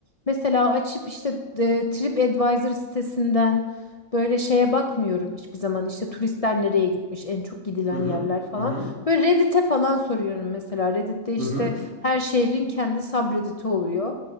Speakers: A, on the left (about 40°); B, on the right (about 75°).
A: mesela açıp işte e, TripAdvisor sitesinden böyle şeye bakmıyorum hiçbir zaman. işte turistler nereye gitmiş, en çok gidilen
B: hı
A: yerler falan.
B: hı hı
A: Böyle Reddit'e falan soruyorum mesela. Reddit'te işte
B: hı hı
A: her şehrin kendi subreddit'i oluyor.